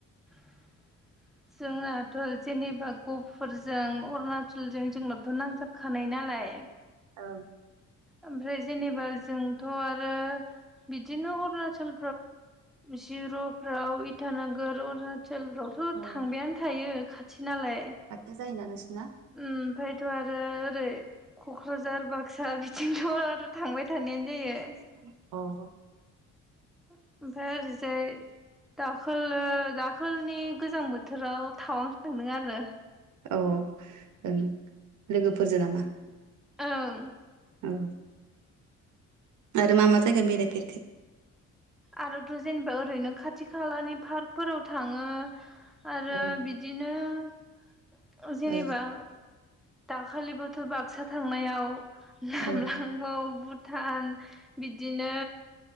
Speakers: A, in the centre; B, on the right (about 75°).
A: <inaudible> जोंनाथ' जेनेबा गफुरजों अरुणाचलजों जोंनाथ' नांजाबखानाय नालाय
B: औ।
A: ओमफ्राय जेनेबा जोंथ' आरो बिदिनो अरुणाचल जिर'फ्राव इटानगर अरुणाचलफ्राव थ'
B: औ
A: थांबायानो थायो खाथि नालाय
B: खाथि जायोना नोंसोरना
A: उम ओमफ्रायथ' आरो ओरै क'क्राझार बाक्सा बिथिंथ' आरो थांबाय थानायानो जायो
B: अ ओं
A: ओ ओमफाय ओरैजाय दाखोलो दाखोलनि गोजां बोथोराव थावां थांदों आरो
B: औ ओं लोगोफोरजो नामा?
A: ओं
B: ओ आरो मा मा जायगा बेरायफेरखो?
A: आरोथ' जेनेबा ओरैनो खाथि खालानि फार्कफोराव थाङो आरो
B: औ
A: बिद दिनो ओ जेनेबा
B: औ
A: दाखालिबोथ' बाक्सा थांनायाव नामलांबाव
B: औ
A: भुटान बिदिनो